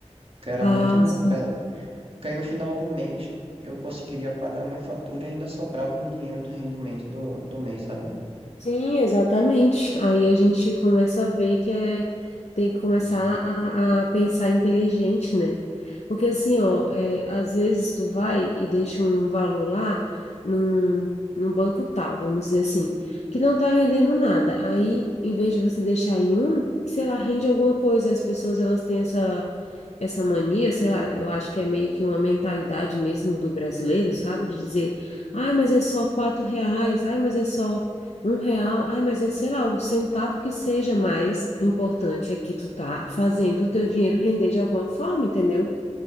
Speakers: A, on the right; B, on the left.
A: que era
B: Ah,
A: muito,
B: sim.
A: pelo, porque aí no final do mês eu conseguiria pagar minha fatura e ainda sobrava um dinheiro do rendimento do, do mês, sabe?
B: Sim, exatamente. Aí a gente começa a ver que é, tem que começar
A: Isso.
B: a, a pensar inteligente, né? Porque assim, ó, é, às vezes tu vai e deixa um valor lá num, num banco tal, vamos dizer assim, que não tá rendendo nada. Aí, em vez de você deixar em um, que, sei lá, rende alguma coisa. As pessoas, elas têm essa, essa mania, sei lá, eu acho que é meio que uma mentalidade mesmo do brasileiro, sabe? De dizer, ai, mas é só quatro reais, ai, mas é só... Um real, ai, mas é, sei lá, o centavo que seja mais importante é que tu tá fazendo o teu dinheiro render de alguma forma, entendeu?